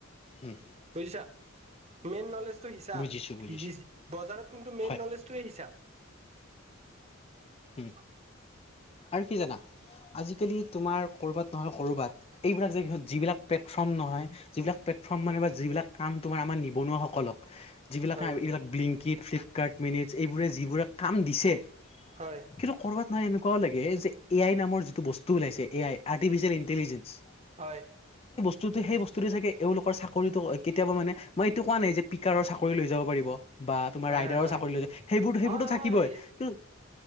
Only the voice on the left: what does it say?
উম
বুজিছো বুজিছো
হয়
উম
আৰু কি জানা? আজিকালি তোমাৰ কৰ'বাত নহয় কৰ'বাত এইবিলাকত যিবিলাক প্লেটফৰ্ম নহয় যিবিলাক। ফৰ্ম মানে যিবিলাক কাম তোমাৰ আমাৰ নিবনুৱাসকলক। যিবিলাক
এইবিলাক ব্লিংকিট ফ্লিপকাৰ্ট মেনেট এইবোৰে যিবোৰে কাম দিছে।
কিন্তু কৰ'ৰবাত নহ এনেুৱাও লাগে যে এ আই নামৰ যিটো বস্তু ওলাইছে এ আই আৰ্টিফিচিয়েল ইণ্টেলিজেঞ্চ
বস্তু সেই বস্তু চাগে এওঁলোকৰ চাকৰিটো কেতিয়াবা মানে মই এইটো কোৱা নাই যে পিকাৰৰ চাকৰি লৈ যাব পাৰিব। বা তোমাৰ
ৰাইডাৰো
চাকৰি লৈ যায় সেইবোৰতো সেইবোৰতো
থাকিবই
কি